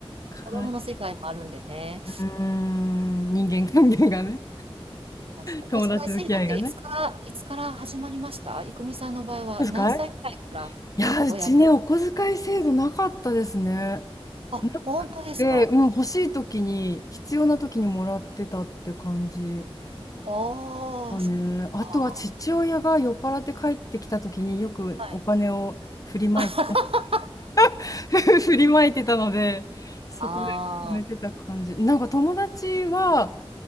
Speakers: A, on the left; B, on the right.
A: か
B: 子供の世界もあるんでね。
A: うーん、人間関係 <laughs> がね。
B: なんですお小遣い制度っていつから、
A: 友達付き合いがね。
B: いつから始まりました郁美さんの場合は何歳くらいから
A: お小遣いいや、うちね、
B: 親、
A: お小遣い制度なかったですね。
B: あ、
A: なくて、
B: 本当ですか
A: うん、欲しい時に、必要な時にもらってたって感じ
B: ああそっか。
A: がね。あとは父親が酔っ払って帰ってきた時によくお金を振りまいてた、
B: はい。<laughs>
A: <laughs> 振りまいてたので、そこで貯めてた感じ。
B: あ
A: なんか友達は、